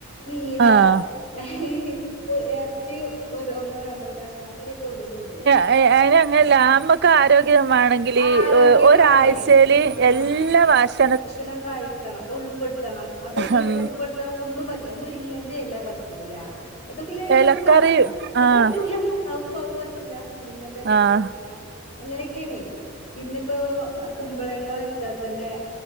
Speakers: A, on the left; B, on the right.
A: മീനോ
B: ആഹ്
A: അഹ് ഇറച്ചി ഒരു ഒന്നോ രണ്ടോ കശ അങ്ങനൊക്കെ ഉള്ളൂ തി ന്ന
B: ഹെ അതിന് അതിനന്ങ്ങനെല്ല നമ്മൊക്കെ ആരോഗ്യമാണെങ്കിൽ
A: ആരോഗ്യമാണ്
B: ഒരാഴ്ചല്
A: ആഹ്
B: എല്ലാ ഭക്ഷ
A: ഭക്ഷണം കഴിക്കണം ഉൾപ്പെടുത്തണം അതയിൻ
B: ഉം
A: ഉൾപ്പെടുത്താൻ ഒന്നും മതി മുരിങ്ങന്റെ എല പറ്റൂല ഇതൊക്കെ ലേനമ്മ
B: എലക്കറി
A: കാ അഹ്
B: ആഹ്
A: പറ്റൂല പറ്റൂല മുരിങ്ങയുടെ ഇല
B: ആഹ്
A: തിന്നൂല്ല അങ്ങനെയൊക്കെയാണേ പിന്നെ ഇപ്പോ കുമ്പളങ്ങ വെച്ചാൽ തന്നെ